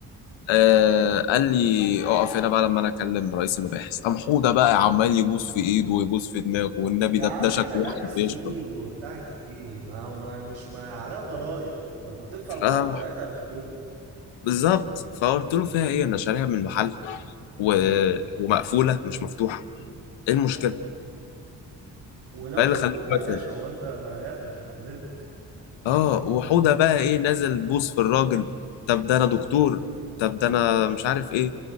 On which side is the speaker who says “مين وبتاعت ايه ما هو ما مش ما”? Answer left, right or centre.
Right